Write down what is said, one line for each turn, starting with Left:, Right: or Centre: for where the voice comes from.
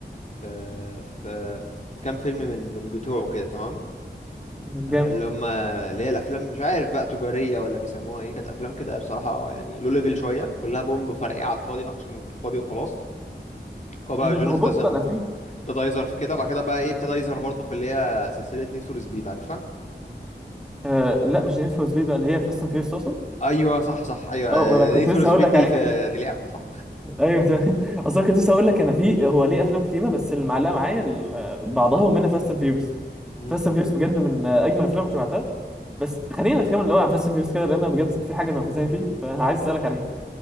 Left: في في, في كام فيلم من من بتوعه كده تمام
Centre: جامد
Left: آه، اللي هم اللي هي الأفلام مش عارف بقى تجارية ولا بيسموها ايه كانت أفلام كده بصراحة يعني لو ليفل شوية كلها بومب فرقيعة على الفاضي أكشن فاضي وخلاص هو بقى
Centre: مم،
Left: جون
Centre: هو
Left: استسم
Centre: بص انا في
Left: ابتدى يظهر في كده وبعد كده بقى ايه ابتدى يظهر برضه في اللي هي سلسلة نيد فور سبيد عارفها
Centre: آه لا مش نيد فور سبيد بقى اللي هي فاست اند فيوريوس تقصد
Left: ايوه صح صح ايوه
Centre: اه ما انا كنت
Left: نيد فور
Centre: لسه
Left: سبيد
Centre: هقول لك
Left: دي
Centre: عليه
Left: الف... دي لعبة صح
Centre: <laughs> ايوه تمام اصلا كنت لسه هقول لك انا في هو ليه افلام كتيره بس اللي معلقه معايا ال- بعضها ومنها فاست اند فيوريوس
Left: امم
Centre: فاست اند فيوريوس بجد من آه، اجمل الافلام اللي تبعتها بس خلينا نتكلم الاول عن فاست اند فيوريوس كده لان أنا بجد في حاجه انا فاهم فيه فعايز اسالك عليها